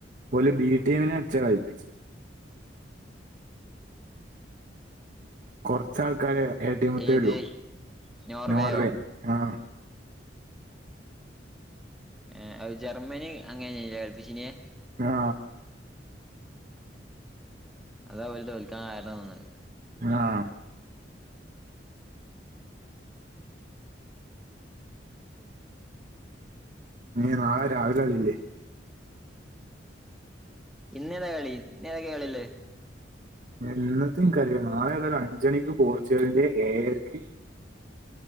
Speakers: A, on the right; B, in the centre.
A: പോല് ബി ടീമിനെ വെച്ച് കളിപ്പിച്ച് കൊറച്ചാൾക്കാര് ഏ ടീമത്തേ
B: ഏത്
A: വരൂ
B: നോർവേയോ
A: <unintelligible> ആഹ്
B: ഏഹ് ജർമ്മനി അങ്ങനല്ലേ കളിപ്പിച്ചീനെ
A: ആ
B: അതാ പോല് തോൽക്കാൻ കാരണം തോന്നല്
A: ആഹ് ഇനീ നാളെ രാവിലെ കളി ഇല്ലേ
B: ഇന്നേതാ കളി ഇന്നേതൊക്കെയാ കളിയുള്ളേ
A: ഇന്നത്തേയും കളി നാളെ ഏതായാലും അഞ്ച് മണിക്ക് പോർച്ചുഗലിന്റെ ഏഴരക്ക്